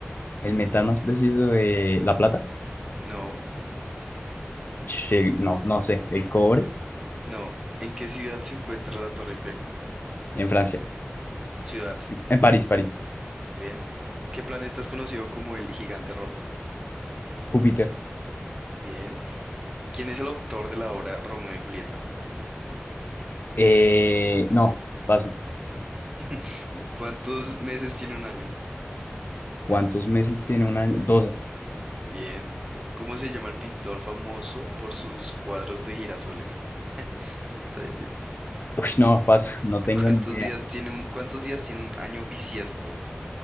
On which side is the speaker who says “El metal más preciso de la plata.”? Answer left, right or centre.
Left